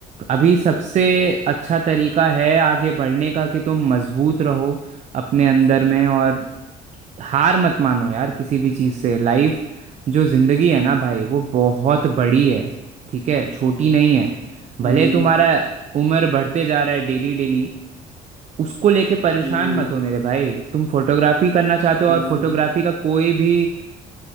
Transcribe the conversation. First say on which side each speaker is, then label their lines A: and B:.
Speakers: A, on the right; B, on the right.
A: अभी सबसे अच्छा तरीका है आगे बढ़ने का कि तुम मजबूत रहो अपने अंदर में और हार मत मानो यार किसी भी चीज़ से लाइफ जो ज़िंदगी है ना भाई वो बहुत बड़ी है ठीक है छोटी नहीं है
B: हम्म
A: भले तुम्हारा उम्र बढ़ते जा रहा है डेली डेली उसको लेके परेशान
B: हम्म
A: मत हो मेरे भाई तुम फोटोग्राफी करना चाहते हो
B: हम्म
A: और फोटोग्राफी का कोई भी